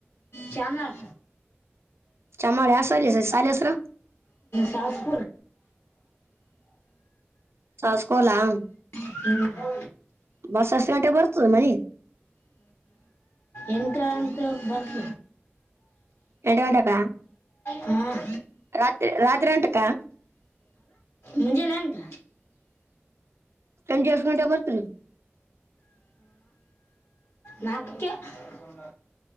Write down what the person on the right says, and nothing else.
ಚಮಾಳೆ ಹಸಾಲಸ ಶಾಲ ಹಸರು
ಸಸ್ಕೋಲಾ
ಬಸ್ ಗಂಟೆ ಬರ್ತದೆ ಮನಿ
ಎಂಟು ಗಂಟೆಗ
ರಾತ್ರಿ ರಾತ್ರಿ ಎಂಟುಗಂಟೆಕ್ಕ
ಸಂಜೆಷ್ಟಎಂಟುಗಾಂತೇಕಬರ್ತ